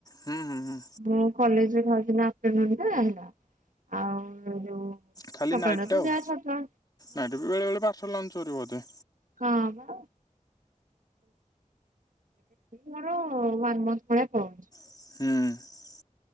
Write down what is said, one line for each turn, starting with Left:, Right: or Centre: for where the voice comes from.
Left: ହୁଁ ହୁଁ ହୁଁ
Right: ମୁଁ କଲେଜ ଭଜନାପଟ ହେଲା ଆଉ ଯୋଉ
Left: ଖାଲି
Right: ସକାଳଟା
Left: ନାଇଟ୍
Right: ତ
Left: ଟା ଆଉ
Right: ଯାହା ଛତୁଆ
Left: ନାଇଟ୍ ବେଳେ ବେଳେ ପାର୍ସଲ ଲଞ୍ଚ କରିବ ବୋଧେ
Right: ହଁ ହଁ ବା ମୋର ୱନ ମନ୍ଥ ଭଳିଆ ପଳଉଛି
Left: ହୁଁ।